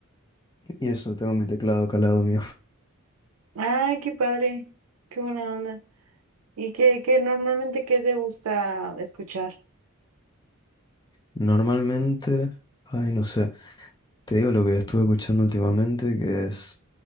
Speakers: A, on the left; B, on the right.
A: y, y eso, tengo mi teclado acá al lado mío.
B: Ah, qué padre, qué buena onda. ¿Y qué, qué normalmente qué te gusta escuchar?
A: Normalmente, ay, no sé, te digo lo que estuve escuchando últimamente, que es